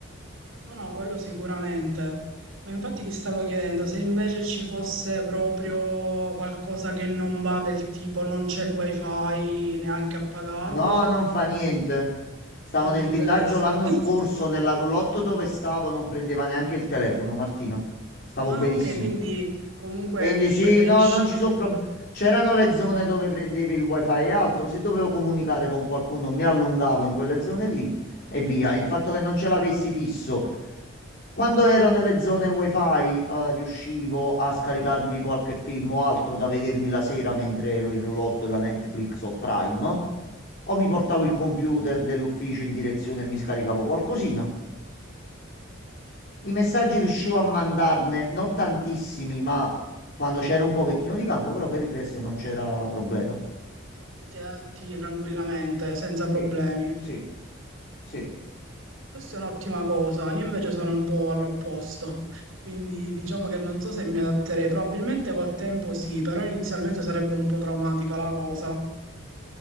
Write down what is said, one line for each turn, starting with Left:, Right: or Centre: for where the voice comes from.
Right: No, no, quello sicuramente. Ma infatti ti stavo chiedendo se invece ci fosse proprio qualcosa che non va del tipo non c'è il wifi neanche a pagarlo,
Left: No, non fa niente. Stavo
Right: non
Left: nel
Right: ti interessa.
Left: villaggio l'anno
Right: <laughs>
Left: scorso, nella roulotte dove stavo, non prendeva neanche il telefono, Martina. Stavo
Right: Ah,
Left: benissimo.
Right: ok, quindi comunque
Left: Quindi sì,
Right: preferisci.
Left: no, non ci sono problemi. C'erano le zone dove prendevi il wifi e altro, se dovevo comunicare con qualcuno mi allungavo in quelle zone lì e via.
Right: Sì.
Left: Il fatto che non ce l'avessi fisso, quando ero nelle zone wifi, eh, riuscivo a scaricarmi qualche film o altro da vedermi la sera mentre ero in roulotte da Netflix o Prime, o mi
Right: Quindi
Left: portavo il computer dell'ufficio in direzione e mi scaricavo qualcosina. I messaggi riuscivo a mandarne, non tantissimi, ma quando c'era un pochettino di campo, però per il resto non c'era problema.
Right: ti adatti tranquillamente, senza problemi.
Left: Sì, sì, sì.
Right: Questa è un'ottima cosa, io invece sono un po' all'opposto, <laughs> quindi diciamo che non so se mi adatterei, probabilmente col tempo sì, però inizialmente sarebbe un po' traumatica la cosa.